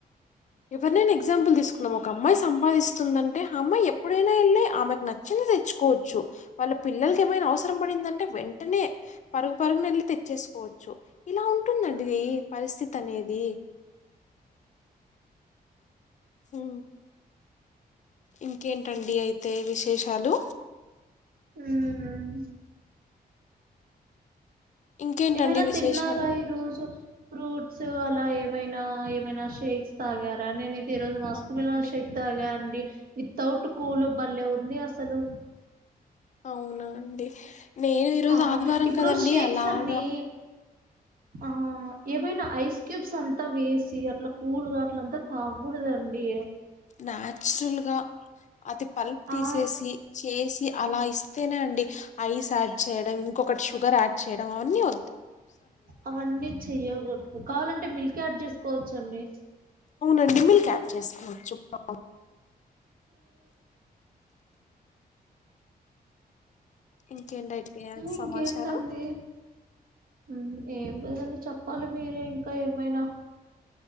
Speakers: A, on the left (about 50°); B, on the right (about 65°).
A: ఎవరినైనా ఎగ్జాంపుల్ తీసుకుందాం ఒక అమ్మాయి సంపాదిస్తుందంటే ఆ అమ్మాయి ఎప్పుడైనా వెళ్ళి ఆమెకు నచ్చిన తెచ్చుకోవచ్చు వాళ్ళ పిల్లలకి ఏమైనా అవసరం పడిందంటే వెంటనే పరుగు పరుగున వెళ్ళి తెచ్చే చూసుకోవచ్చు ఇలా ఉంటుందండి పరిస్థితి అనేది హ ఇంకేంటండి అయితే విశేషాలు
B: ఉమ్
A: ఇంకేంటండి
B: ఏమైనా
A: విశేషాలు
B: తిన్నార ఇ రోజు ఫ్రూట్స్ అలా ఏమైనా ఏమైనా షేక్స్ తాగారా నేను ఈ రోజు మస్క్
A: ఆహా
B: మిలన్
A: అండి
B: షేక్ తగా అండి తౌటు కులు బల్లేె ఉంది అసలు
A: అవునా అండి నేను ఈరోజు
B: ఆ
A: ఆదివారం
B: ఇప్పుడు
A: కదండి
B: షేక్స్
A: అలాగా
B: అన్ని ఆ ఏమైనా ఐస్ క్యూబ్స్ అంతా వేసి అట్లా కూలుగా అట్ల అంతా తాగకూడదండి
A: నాచురల్గా అది పల్ప్ తీసేసి
B: ఆ
A: చేసి అలా ఇస్త అతేనే అండి ఐస్ యాడ్ చేయడం ఇంకొకటి షుగర్ యాడ్ చేయడం అవన్నీ వ
B: అవన్నీ చెయ్యకూడదు కావాలంటే మిల్క్ యాడ్ చేసుకోవచ్చ అండి
A: అండి మిల్క్ యాడ్ చేసుకోవచ్చు అ ఇంకేంటయితే
B: ఇంకేంటండి
A: సమాచారం
B: మ్, ఏం లేదండి చెప్పాలి మీరు ఇంకా ఏమైనా